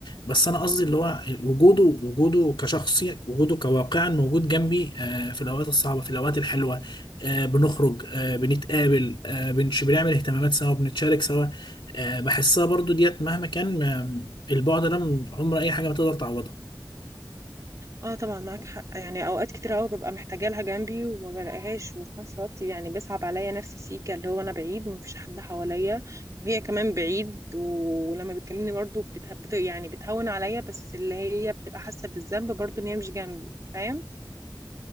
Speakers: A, on the left; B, on the right.
A: بس أنا قصدي اللي هو وجوده وجوده كشخص وجوده كواقعا موجود جنبي آه في الأوقات الصعبة في الأوقات الحلوة آه بنخرج آه بنتقابل آه بنش بنعمل اهتمامات سوا بنتشارك سوا آه بحسها برضو ديت مهما كان ما- البعد ده عمر أي حاجة ما تقدر تعوضه
B: اه طبعا معاك حق يعني اوقات كتير قوي ببقى محتاجه لها جنبي وما بلاقيهاش وفي نفس الوقت يعني بيصعب عليا نفسي سيكا اللي هو انا بعيد ومفيش حد حواليا وهي كمان بعيد و- ولما بتكلمني برضو بته... بت... يعني بتهون عليا بس اللي هي بتبقى حاسه بالذنب برضو ان هي مش جنبي فاهم